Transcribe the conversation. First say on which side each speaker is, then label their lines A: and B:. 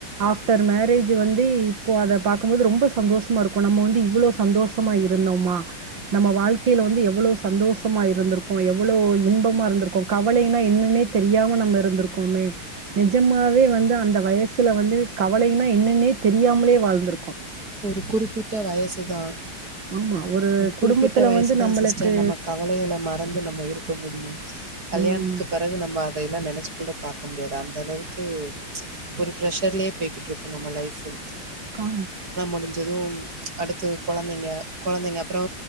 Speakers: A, on the right; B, on the right.
A: ஆஃப்டர் மேரேஜு வந்து இப்போ அத பாக்கும்போது ரொம்ப சந்தோஷமா இருக்கு நம்ம வந்து இவ்ளோ சந்தோஷமா இருந்தோமா நம்ம வாழ்க்கைல வந்து எவ்ளோ சந்தோஷமா இருந்துருக்கோ எவ்ளோ இன்பமா இருந்துருக்கோ கவலைனா என்னனே தெரியாம நம்ம இருந்துருக்கோமே நெஜமாவே வந்து அந்த வயசுல வந்து கவலைனா என்னன்னே தெரியாமலே வாழ்ந்துருக்கோ
B: ஒரு குறிப்பிட்ட வயசுதா
A: ஆமா
B: ஒரு குறிப்பிட்ட
A: குடும்பத்துல
B: வயசுதா
A: வந்து நம்மளுக்கு
B: சிஸ்டர் நம்ம கவலைகள மறந்து நம்ம இருக்க முடியும் கல்யாணத்துக்கு
A: ம்
B: பெறகு நம்ம அதைல்லா நெனச்சு கூட பாக்க முடியாது அந்த அளவுக்கு ஒரு ப்ரெஷர்லே பெய்கிட்ருக்கு நம்ம லைஃப்பு
A: கா
B: முடிஞ்சதும் அடுத்தது கொழந்தைங்க கொழந்தைங்க அப்றோ